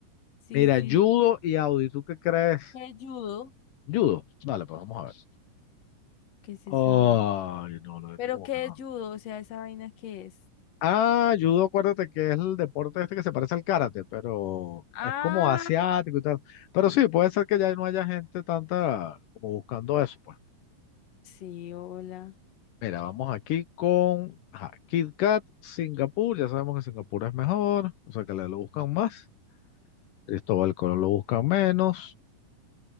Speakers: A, on the left; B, on the left.
A: Sí,
B: mira,
A: sí,
B: judo y Audi, ¿tú qué crees?
A: sí, ayudo.
B: Judo, dale, pues vamos a ver.
A: ¿Qué es
B: Ay,
A: esa vaina?
B: no, no, este
A: ¿Pero
B: como
A: qué
B: que no.
A: es judo? O sea, ¿esa vaina qué es?
B: Ah, judo, acuérdate que es el deporte este que se parece al karate, pero
A: Ah,
B: es como asiático y tal. Pero sí, puede ser que ya no haya gente tanta como buscando eso, pues.
A: sí, hola.
B: Mira, vamos aquí con ajá, Kit Kat, Singapur. Ya sabemos que Singapur es mejor, o sea que le lo buscan más. Cristóbal Colón lo buscan menos.